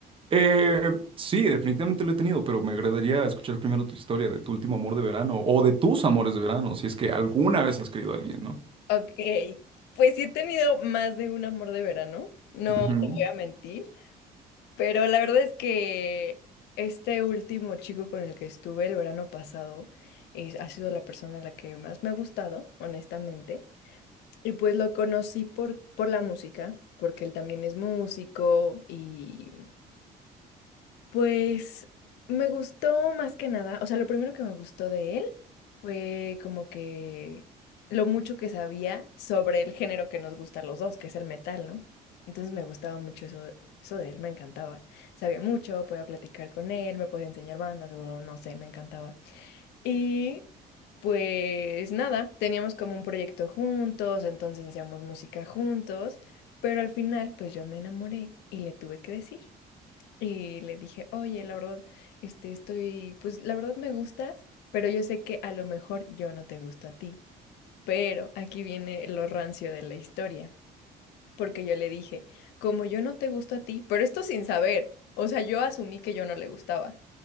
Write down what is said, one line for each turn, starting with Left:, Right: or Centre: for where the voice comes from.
Right: Eh, sí, definitivamente lo he tenido, pero me agradaría escuchar primero tu historia de tu último amor de verano o de tus amores de verano, si es que alguna vez has querido a alguien, ¿no?
Left: Ok, pues sí he tenido más de un amor de verano, no
Right: Ujú.
Left: te voy a mentir, pero la verdad es que este último chico con el que estuve el verano pasado es- ha sido la persona a la que más me ha gustado, honestamente. Y pues lo conocí por, por la música, porque él también es músico y pues me gustó más que nada, o sea, lo primero que me gustó de él fue como que lo mucho que sabía sobre el género que nos gusta a los dos, que es el metal, ¿no? Entonces me gustaba mucho eso, de- eso de él, me encantaba. Sabía mucho, podía platicar con él, me podía enseñar bandas, no no sé, me encantaba. Y pues nada, teníamos como un proyecto juntos, entonces hacíamos música juntos, pero al final pues yo me enamoré y le tuve que decir. Y le dije, oye, la verdad, este, estoy, pues la verdad me gustas, pero yo sé que a lo mejor yo no te gusto a ti. Pero aquí viene lo rancio de la historia, porque yo le dije, como yo no te gusto a ti, pero esto sin saber, o sea, yo asumí que yo no le gustaba.